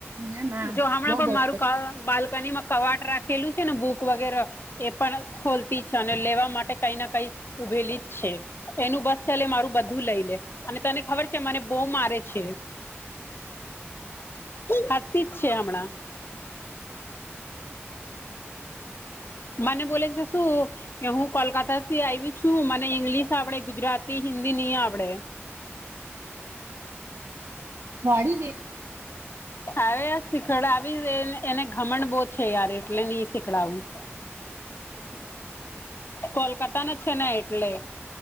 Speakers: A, on the right; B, on the left.
A: ના ના
B: જો હમણાં
A: બહુ
B: પણ
A: બોલ
B: મારું ક બાલ્કની માં કવાટ રાખેલું છે ને બૂક વગેરે એ પણ ખોલતી છ અને લેવા માટે કઈ ના કઈ ઊભેલી જ છે. એનું બસ ચલે મારું બધું લઈ લે અને તને ખબર છે મને બો મારે છે. હસ્તીજ છે હમણાં. મને બોલે છે શું કે હું કોલકાતા થી આઈવી છું મને ઈંગ્લિશ આવડે ગુજરાતી, હિન્દી ની આવડે.
A: વાડીદે
B: હવે આ શીખડાવી એને ઘમણ બહુ છે યાર એટલે નહી શીખડાવું.
A: <inaudible>
B: કોલકાતા ને છે ને એટલે